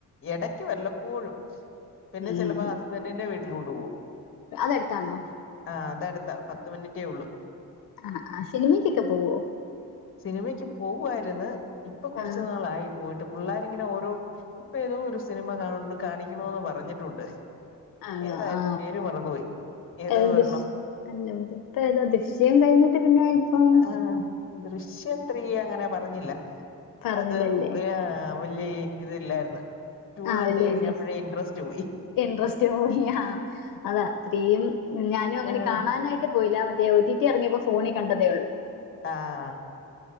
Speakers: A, on the left (about 35°); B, on the left (about 75°).
A: ഇടക്ക് വല്ലപ്പോഴും പിന്നെ
B: ഉം
A: ചെിലപ്പോ ഹസ്ബൻറിിന്റെ വീട്ടിലോട്ട് പോവും
B: അതടുത്താണോ
A: ആ അതെടുത്താ പത്ത് മിനിറ്റേ ഉള്ളൂ
B: ആ ആ സിനിമയ്ക്കൊക്കെ പോവോ
A: സിനിമക്ക് പോവുായിരുന്നു ഇപ്പൊ കുറച്ചു
B: ആ
A: നാളായി പോയിട്ട് പിള്ളേരിങ്ങനെ ഓരോ ഇപ്പ തോ ഒരു സിനിമ കാ കാണിക്കണന്ന് പറഞ്ഞിട്ടുണ്ട്
B: ആണോ
A: ഏതായിരുന്നു
B: ആ
A: പേര് മറന്നുപോയി ഏതോ
B: ഏത്
A: ഒരെണംോ
B: ദൃശ് അല്ല ഇതി ഇപ്പ ഏതാ ദൃശ്യം കഴിഞ്ഞിട്ട് പിന്നെ ഇപ്പം
A: ആ ദൃശ്യം ത്രീ അങ്ങനെ പറഞ്ഞില്ല
B: പറഞ്ഞില്ലല്ലേ
A: അത് <unintelligible> ഇല്ലേ ഇത് ഇല്ലായിരുന്നു ൂ
B: ആ
A: കണ്ട
B: വല്യ
A: കഴിഞ്ഞപ്പോഴേ
B: എഴുതി
A: ഇൻട്രസ്റ്റ് ൂ
B: ഇൻട്രസ്റ്റ് പോയി അതാ അത്രയും ഞാനും അങ്ങനെ
A: ആഹ്
B: കാണ ഞാനായിട്ട് പോയില്ല മറ്റേ ഒ ടി ഇറിയപ്പോ ഫോണിൽ കണ്ടതേ ഉള്ളൂ
A: ആഹ